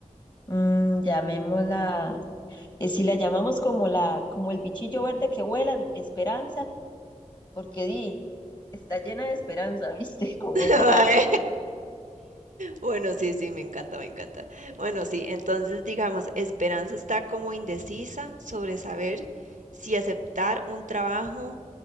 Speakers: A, on the left; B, on the right.
A: mm, llamémosla, eh, si la llamamos como la, como el bichillo verde que vuela, Esperanza, porque di, está llena de esperanza, ¿viste? <laughs> Con
B: <laughs>
A: esa
B: Vale.
A: carreta.
B: Bueno, sí, sí, me encanta, me encanta. Bueno, sí, entonces digamos, Esperanza está como indecisa sobre saber si aceptar un trabajo